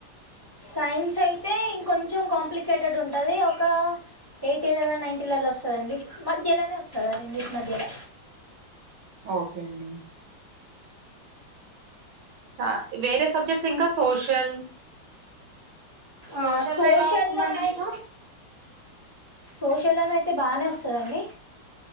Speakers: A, on the right (about 15°); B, on the right (about 80°).
A: సైన్స్ అయితే ఇంకొం కొంచెం కాంప్లికేటెడ్ ఉంటది ఒక ఎయిటీలల నైన్టీలల వస్తదండి మధ్యలోనే వస్తద రెండింటి మధ్యల
B: ఓకే అండి స వేరే సబ్జెక్ట్స్ ఇంకా సోషల్
A: ఆ
B: సోషల్లో
A: సోషల్
B: ఎలా వస్తుందండి
A: లో నైతే
B: మీకు
A: సోషల్లోనయితే బానే వస్తదండి